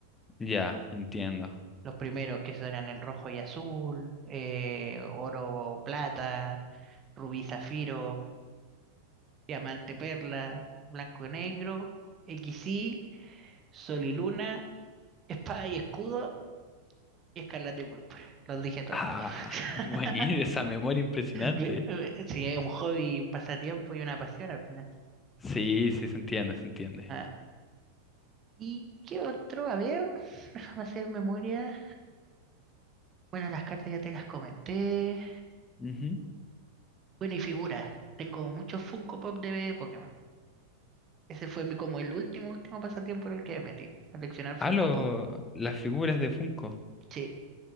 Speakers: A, on the left; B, on the right.
A: Ya, entiendo.
B: Los primeros que eran el rojo y azul, eh, oro, plata, rubí, zafiro, diamante, perla, blanco y negro, equis y sol y luna, <laughs> espada y escudo y escarlata y púrpura. Los dije todos.
A: Ah,
B: <laughs>
A: <laughs> buenísimo, esa memoria impresionante.
B: Me- me- Sí, es un hobby, un pasatiempo y una pasión al final.
A: Sí, sí, se entiende, se entiende.
B: Ah, ¿y qué otro? A ver, déjame hacer memoria. Bueno, las cartas ya te las comenté.
A: Ujú.
B: Bueno, y figuras. Tengo muchos Funko Pop de Pokémon. Ese fue mi, como el último, último pasatiempo en el que me metí. Coleccionar Funko
A: Ah, lo-
B: Pop.
A: las figuras de Funko.
B: Sí,